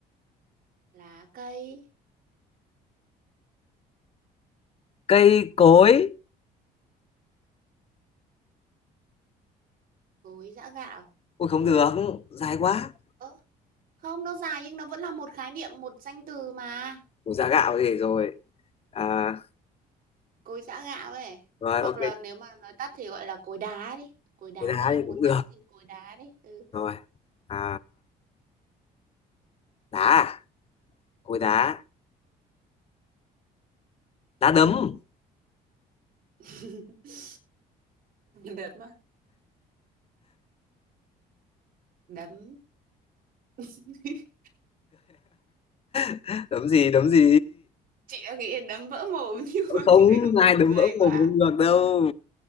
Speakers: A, on the right; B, on the left.
A: lá cây
B: cây cối.
A: cối giã gạo
B: Ôi không được, dài quá.
A: ơ không nó dài nhưng nó vẫn là một khái niệm một danh từ mà
B: Ủa dạ gạo gì rồi. À,
A: cối giã gạo ấy
B: rồi,
A: hoặc
B: ok,
A: là nếu mà nói tắt thì gọi là cối đá đi cối đá
B: cối đá
A: nếu em
B: thì cũng
A: muốn ngắn
B: được.
A: thì cối đá đi ừ,
B: Rồi, à, đá à? Cối
A: ừ.
B: đá, đá đấm.
A: <laughs> đấm à đấm <laughs>
B: <laughs> Đấm gì, đấm gì?
A: chị đã nghĩ đến đấm vỡ mồm <laughs> nhưng mà
B: không
A: chị thấy nó buồn
B: ai đứng
A: cười
B: vỡ
A: quá
B: một cũng được đâu